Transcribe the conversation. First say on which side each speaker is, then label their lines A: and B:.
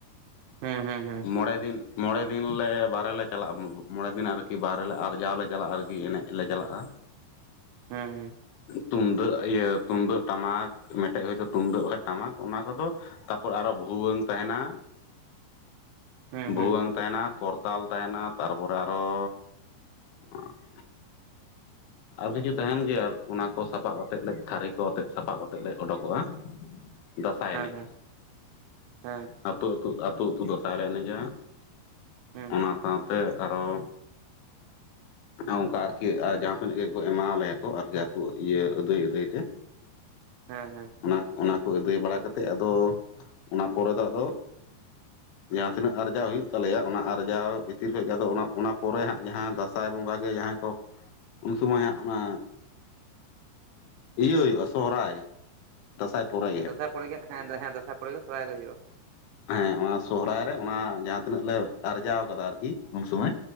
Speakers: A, on the right (about 85°); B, on the left (about 90°).
A: ᱦᱩᱸ ᱦᱩᱸ ᱦᱩᱸ
B: ᱢᱚᱬᱮ ᱫᱤᱱ ᱢᱚᱬᱮ ᱫᱤᱱ ᱞᱮ ᱵᱟᱦᱨᱮ ᱞᱮ ᱪᱟᱞᱟᱜᱼᱟ ᱢᱚᱬᱮ ᱫᱤᱱ ᱟᱨᱠᱤ ᱟᱨᱠᱤ ᱵᱟᱦᱨᱮ ᱟᱨᱡᱟᱣ ᱞᱮ ᱪᱟᱞᱟᱜᱼᱟ ᱟᱨᱠᱤ ᱮᱱᱮᱡ ᱞᱮ ᱪᱟᱞᱟᱜᱼᱟ
A: ᱦᱮᱸᱮᱸ
B: ᱛᱩᱢᱫᱟᱹᱜ ᱤᱭᱟᱹ ᱛᱩᱢᱫᱟᱹᱜ ᱴᱟᱢᱟᱠ ᱟᱴᱮᱡ ᱦᱚᱭᱛᱳ ᱛᱩᱢᱫᱟᱹᱜ ᱵᱟᱠᱷᱟᱡ ᱴᱟᱢᱟᱠ ᱚᱱᱟ ᱠᱚᱫᱚ ᱛᱟᱯᱚᱨ ᱟᱨᱚ ᱵᱷᱩᱣᱟᱹᱝ ᱛᱟᱦᱮᱸᱱᱟ
A: ᱦᱩᱸ
B: ᱵᱷᱩᱣᱟᱹᱝ
A: ᱦᱩᱸ
B: ᱛᱟᱦᱮᱸᱱᱟ ᱠᱚᱨᱛᱟᱞ ᱛᱟᱦᱮᱸᱱᱟ ᱛᱟᱨᱯᱚᱨᱮ ᱟᱨᱚ ᱟᱨ ᱟᱨ ᱠᱤᱪᱷᱩ ᱛᱟᱦᱮᱸᱱ ᱜᱮᱭᱟ ᱟᱨ ᱚᱱᱟ ᱠᱚ ᱥᱟᱯᱟᱵ ᱟᱛᱮᱫ ᱞᱮ ᱛᱷᱟᱹᱨᱤ ᱠᱚ ᱟᱛᱮ ᱥᱟᱯᱟᱵ ᱟᱛᱮᱫ ᱞᱮ ᱩᱰᱩᱚᱠᱚᱜᱼᱟ ᱫᱟᱸᱥᱟᱭ ᱮᱱᱮᱡ
A: ᱦᱩᱸ ᱦᱮᱸ ᱦᱮᱸ
B: ᱟᱹᱛᱩ ᱟᱹᱛᱩ ᱟᱹᱛᱩ ᱟᱹᱛᱩ ᱫᱟᱸᱥᱟᱭ ᱞᱮ ᱮᱱᱮᱡᱟ
A: ᱦᱮᱸ
B: ᱚᱱᱟ ᱥᱟᱶᱛᱮ ᱟᱨᱚ ᱚᱱᱠᱟ ᱟᱨᱠᱤ ᱡᱟᱦᱟᱸ ᱛᱱᱟᱹᱜ ᱜᱮᱠᱚ ᱮᱢᱣᱟ ᱞᱮᱭᱟ ᱠᱚ ᱟᱨᱠᱤ ᱟᱹᱛᱩ ᱤᱭᱟᱹ ᱟᱹᱫᱟᱹᱭ ᱟᱹᱫᱟᱹᱭ ᱛᱮ
A: ᱦᱮᱸ ᱦᱮᱸ
B: ᱚᱱᱟ ᱚᱱᱟ ᱠᱚ ᱟᱹᱫᱟᱹᱭ ᱵᱟᱲᱟ ᱠᱟᱛᱮᱫ ᱟᱫᱚ ᱚᱱᱟ ᱯᱚᱨᱮ ᱫᱚ ᱟᱫᱚ ᱡᱟᱦᱟᱸ ᱛᱤᱱᱟᱹᱜ ᱟᱨᱡᱟᱣ ᱦᱩᱭᱩᱜ ᱛᱟᱞᱮᱭᱟ ᱚᱱᱟ ᱟᱨᱡᱟᱣ ᱵᱷᱤᱛᱤᱨ ᱠᱷᱚᱡ ᱜᱮ ᱟᱫᱚ ᱚᱱᱟ ᱚᱱᱟ ᱯᱚᱨᱮ ᱦᱟᱸᱜ ᱡᱟᱦᱟᱸ ᱫᱟᱸᱥᱟᱭ ᱵᱚᱸᱜᱟ ᱜᱮ ᱡᱟᱦᱟᱸᱭ ᱠᱚ ᱩᱱ ᱥᱚᱢᱚᱭ ᱦᱟᱸᱜ ᱚᱱᱟ ᱤᱭᱟᱹ ᱦᱩᱭᱩᱜᱼᱟ ᱥᱚᱦᱚᱨᱟᱭ ᱫᱟᱸᱥᱟᱭ᱾ ᱯᱚᱨᱮ ᱜᱮ
A: ᱟᱸᱥᱟᱭ
B: ᱦᱟᱸᱜ
A: ᱯᱚᱨ ᱜᱮ ᱦᱮᱸ ᱫᱟᱸᱥᱟᱭ ᱯᱚᱨ ᱜᱮ ᱥᱚᱨᱦᱟᱭ ᱫᱚ ᱦᱩᱭᱩᱜᱼᱟ᱾
B: ᱦᱮᱸ ᱚᱱᱟ ᱥᱚᱦᱚᱨᱟᱭ ᱨᱮ ᱚᱱᱟ
A: ᱦᱮᱸ
B: ᱡᱟᱦᱟᱸ ᱛᱤᱱᱟᱹᱜ ᱞᱮ ᱟᱨᱡᱟᱣ ᱟᱠᱟᱫᱟ ᱟᱨᱠᱤ ᱩᱱ ᱥᱩᱢᱟᱹᱭ,